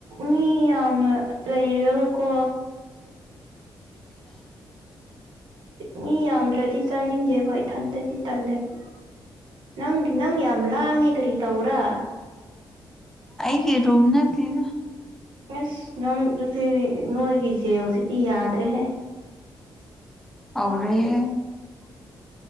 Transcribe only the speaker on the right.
ꯃꯤ ꯌꯥꯝꯅ ꯂꯩꯔꯒꯀꯣ ꯃꯤ ꯌꯥꯝꯗ꯭ꯔꯗꯤ ꯆꯥꯅꯤꯡꯗꯦꯕ ꯏꯊꯟꯗꯗꯤ ꯇꯜꯂꯦꯕ ꯅꯪ ꯅꯪ ꯌꯥꯝ ꯂꯥꯡꯉꯦ ꯀꯔꯤ ꯇꯧꯕꯔꯥ
ꯑꯁ ꯅꯪꯗꯨꯗꯤ ꯅꯣꯏꯒꯤ ꯖꯦꯜꯁꯤꯗꯤ ꯌꯥꯗ꯭ꯔꯦꯍꯦ